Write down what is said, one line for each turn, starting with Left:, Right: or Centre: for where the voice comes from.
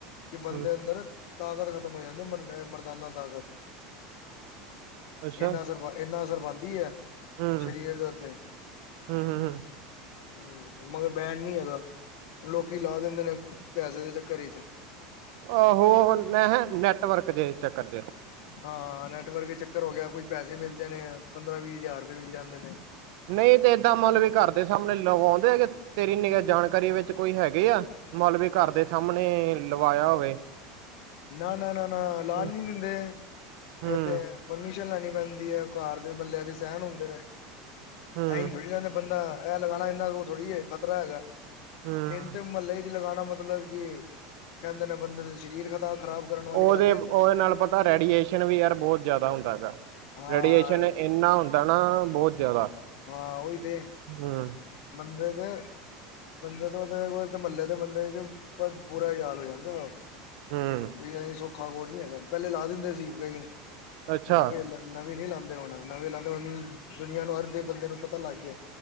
Left: ਕਿ ਬੰਦੇ
Right: ਹੂੰ
Left: ਅੰਦਰ ਤਾਕਤ ਖਤਮ ਹੋ ਜਾਂਦੀ ਐ ਮ ਮਰਦਾਨਾ ਤਾਕਤ।
Right: ਅੱਛਾ
Left: ਐਨਾ ਅਸਰ, ਐਨਾ ਅਸਰ ਪਾਂਦੀ ਏ
Right: ਹੂੰ,
Left: ਸਰੀਰ ਦੇ ਉੱਤੇ।
Right: ਹੂੰ, ਹੂੰ, ਹੂੰ।
Left: ਹੂੰ, ਮਗਰ ਬੈਨ ਨੀ ਹੈਗਾ ਲੋਕੀ ਲਾ ਦਿੰਦੇ ਨੇ ਪੈਸੇ ਦੇ ਚੱਕਰ ਵਿੱਚ।
Right: ਆਹੋ! ਮੈਂ ਨੈਟਵਰਕ ਦੇ ਚੱਕਰ ਚ'
Left: ਹਾਂ, ਨੈਟਵਰਕ ਦੇ ਚੱਕਰ ਹੋ ਗਿਆ ਕੁਝ ਪੈਸੇ ਮਿਲ ਜਾਣੇ ਆ ਪੰਦਰਾਂ ਵੀਹ ਹਜ਼ਾਰ ਰੁਪਏ ਮਿਲ ਜਾਂਦੇ ਨੇ।
Right: ਨਹੀਂ ਤੇ ਏਦਾਂ ਮਤਲਬ ਵੀ ਘਰ ਦੇ ਸਾਹਮਣੇ ਲਵਾਉਂਦੇ ਹੈਗੇ ਤੇਰੀ ਨਿਗ੍ਹਾ ਜਾਣਕਾਰੀ ਵਿੱਚ ਕੋਈ ਹੈਗੇ ਆ। <unintelligible> ਕੇ ਘਰ ਦੇ ਸਾਹਮਣੇ ਲਵਾਇਆ ਹੋਵੇ।
Left: ਨਾ-ਨਾ, ਨਾ-ਨਾ ਲਾਨ
Right: ਹੂੰ,
Left: ਨੀ ਦਿੰਦੇ
Right: ਹੂੰ,
Left: ਏ ਤੇ। ਪਰਮਿਸ਼ਨ ਲੈਣੀ ਪੈਂਦੀ ਐ ਘਰ ਦੇ ਬੰਦਿਆਂ ਦੇ ਸੈਂਨ ਹੁੰਦੇ ਨੇ
Right: ਹੂੰ,
Left: ਐਈ ਥੋੜ੍ਹੀ ਲਾਂਦੇ ਬੰਦਾ ਐ ਲਗਾਣਾ ਏ ਨਾਂ ਓ ਥੋੜ੍ਹੀ ਐ ਖਤਰਾ ਹੈਗਾ
Right: ਹੂੰ,
Left: <unintelligible> ਮਹੱਲੇ ਲਗਾਣਾ ਮਤਲਬ ਕਿ ਕਹਿੰਦੇ ਨੇ ਬੰਦੇ ਦੇ ਸਰੀਰ ਖ਼ਰਾਬ ਕਰਨ ਵਾਲੀ
Right: ਓਦੇ
Left: ਗੱਲ ਹੈਗੀ
Right: ਓਦੇ ਨਾਲ ਪਤਾ ਰੇਡੀਏਸ਼ਨ ਵੀ ਯਾਰ ਬਹੁਤ ਜ਼ਿਆਦਾ ਹੁੰਦਾ ਹੈਗਾ।
Left: ਹਾਂ
Right: ਰੇਡੀਏਸ਼ਨ ਇੰਨਾ ਹੁੰਦਾ ਨਾ ਬੋ ਜ਼ਿਆਦਾ,
Left: ਹਾਂ, ਓਹੀ ਤੇ
Right: ਹੂੰ,
Left: ਬੰਦੇ ਤੇ ਬੰਦੇ ਤੋਂ ਮਹੱਲੇ ਦੇ ਬੰਦੇ <unintelligible> ਪੂਰਾ <unintelligible> ਹੋ ਜਾਂਦਾ ਓ।
Right: ਹੂੰ
Left: ਕੋਈ ਐ ਸੌਖਾ ਕੋ ਨੀ ਹੈਗਾ ਪਹਿਲੇ ਲਾ ਦਿੰਦੇ ਸੀ ਕਈ
Right: ਅੱਛਾ।
Left: ਐਨਾ ਵੀ ਨਵੀਂ ਨੀ ਲਾਂਦੇ ਹੁਨ ਨਵੀਂ ਲਾਂਦੇ ਹੁੰਦੇ ਦੁਨੀਆਂ ਨੂੰ ਹਰ ਦੇ ਬੰਦੇ ਨੂੰ ਪਤਾ ਲੱਗ ਜੇ।